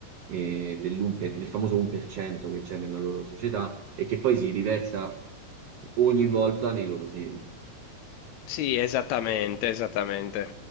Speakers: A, on the right; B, on the left.
A: E dell'1 per- del famoso 1% che c'è nella loro società e che poi si riversa ogni volta nei loro film.
B: Sì, esattamente, esattamente.